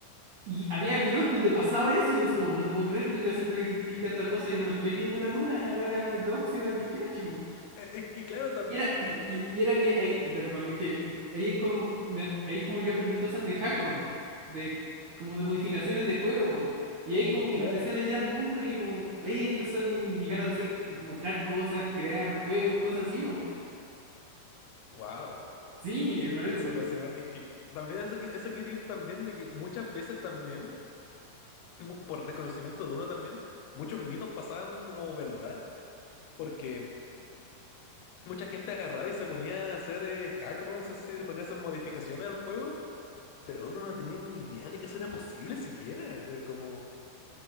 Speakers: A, on the right; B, on the left.
A: y había videos donde pasaba eso y yo así como, no te puedo creer, yo estoy haciendo el clic a esta cosa y no me estoy yendo a la luna a ver a Doxy o a Jirachi, po".
B: Eh, Es que claro, también,
A: Y era, y,
B: porque,
A: y- y era que ahí, perdón, es que ahí es como, me- ahí es como yo aprendí cosas de hackrom, de como de modificaciones de juego, po. Y ahí como que
B: claro,
A: me empecé a meter al mundo y como ahí empezó mi, mi gana de hacer, que- como crear cosas, crear juegos, cosas así, po.
B: wow.
A: Sí,
B: Eh,
A: por
B: no
A: eso.
B: sé cómo se llama. Es que también eso, que, eso quiere ir también de que muchas veces también, mu- por desconocimiento de uno también, muchos mitos pasaban como verdad, porque mucha gente agarraba y se ponía a hacer eh, hack rooms así, se ponía a hacer modificaciones al juego, pero uno no tenía ni idea de que eso era posible siquiera. Era como,